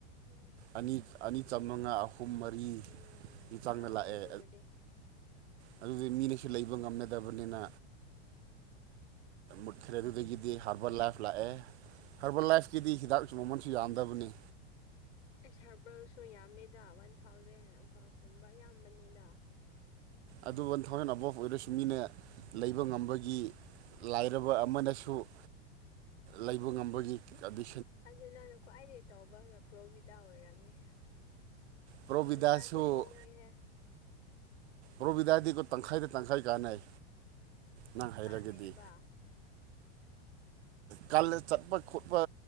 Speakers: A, on the left; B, on the right.
A: ꯎꯝ
B: ꯑꯅꯤ ꯑꯅꯤ ꯆꯃꯉꯥ ꯑꯍꯨꯝ ꯃꯔꯤꯒꯤ
A: ꯎꯝ
B: ꯆꯥꯡꯗ
A: ꯌꯥꯝꯃꯦ
B: ꯂꯥꯛꯑꯦ
A: ꯑꯗꯨꯕꯨꯗꯤ
B: ꯑꯗꯨꯗꯤ ꯃꯤꯅꯁꯨ ꯂꯩꯕ ꯉꯝꯅꯗꯕꯅꯤꯅ ꯃꯨꯠꯈ꯭ꯔꯦ ꯗꯨꯗꯒꯤꯗꯤ ꯍꯥꯔꯕꯔ ꯂꯥꯏꯐ ꯂꯥꯛꯑꯦ ꯍꯔꯕꯜ ꯂꯥꯏꯐꯀꯤꯗꯤ ꯍꯤꯗꯥꯛꯁꯨ ꯃꯃꯟꯁꯨ ꯌꯥꯝꯗꯕꯅꯤ
A: ꯏꯁ ꯍꯥꯔꯕꯜꯁꯨ ꯌꯥꯝꯃꯤꯗ ꯋꯟ ꯊꯥꯎꯖꯟ ꯑꯕꯐ ꯀꯨꯝꯕ ꯌꯥꯝꯕꯅꯤꯗ
B: ꯑꯗꯨ ꯋꯟ ꯊꯥꯎꯖꯟ ꯑꯕꯞ ꯑꯣꯏꯔꯁꯨ ꯃꯤꯅ ꯂꯩꯕ ꯉꯝꯕꯒꯤ ꯂꯥꯏꯔꯕ ꯑꯃꯅꯁꯨ ꯂꯩꯕ ꯉꯝꯕꯒꯤ ꯑꯗꯨ
A: ꯑꯗꯨ ꯅꯪꯅ ꯈ꯭ꯋꯥꯏꯗꯒꯤ ꯇꯧꯕꯅ ꯄ꯭ꯔꯣꯕꯤꯗꯥ ꯑꯣꯏꯔꯝꯅꯤ
B: ꯄ꯭ꯔꯣꯕꯤꯗꯥꯁꯨ
A: ꯄ꯭ꯔꯣꯍꯤꯗꯥꯗꯤ ꯍꯣꯡꯉꯦꯍꯦ
B: ꯄ꯭ꯔꯣꯕꯤꯗꯥꯗꯤꯒꯣ ꯇꯪꯈꯥꯏꯗ ꯇꯪꯈꯥꯏ ꯀꯥꯟꯅꯩ ꯅꯪ ꯍꯩꯔꯒꯗꯤ
A: ꯀꯥꯟꯅꯩꯌꯦꯕ
B: ꯀꯂ ꯆꯠꯄ ꯈꯣꯠꯄ